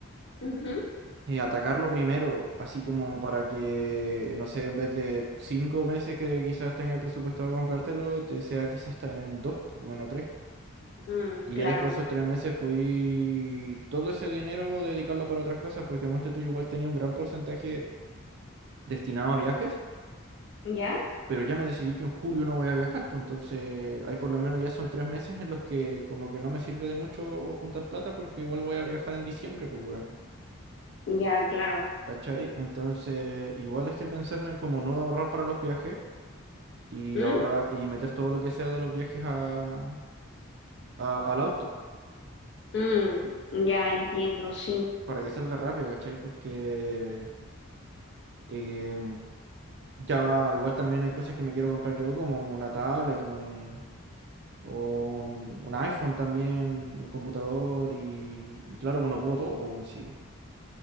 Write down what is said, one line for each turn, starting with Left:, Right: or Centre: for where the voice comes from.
Left: Ujú,
Right: eh, atacarlo primero, así como para que, no sé, en vez de cinco meses que quizás tenga el presupuesto de comprártelo, te sea quizás hasta en dos, pues, bueno, tres.
Left: mm,
Right: Y
Left: claro,
Right: ya después de esos tres meses podí todo ese dinero dedicarlo para otras cosas porque monte tú yo igual tenía un gran porcentaje destinado a viajes.
Left: ¿ya?
Right: pero ya me decidí que en julio no voy a viajar, pues entonces ahí por lo menos ya son tres meses en los que como que no me sirve de mucho juntar plata porque igual voy a viajar en diciembre, pues weón,
Left: Ya, claro.
Right: ¿cachai? Entonces igual estoy pensando en como no ahorrar para los viajes y
Left: Mm,
Right: ahorrar y meter todo lo que sea de los viajes a, a- al auto, pues,
Left: mm, ya entiendo, sí,
Right: para que salga rápido, ¿cachai? Porque em, ya igual también hay cosas que me quiero comprar yo, como una tablet, un o un, un iPhone también, un computador y, y claro, pues uno pudo todo, pues, weón, si